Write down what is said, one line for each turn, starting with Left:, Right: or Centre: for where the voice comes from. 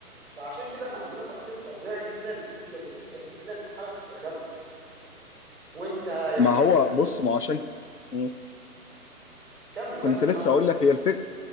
Centre: فعشان كده احنا عندنا تقصير فظيع جدا جدا جدا جدا في حركه الترجمه وانت يعني
Left: ما هو
Centre: مش
Left: بص
Centre: مش
Left: ما هو عشان مم.
Centre: كمل كمل
Left: كنت
Centre: اللي
Left: لسه
Centre: معاك
Left: اقول لك هي الفكره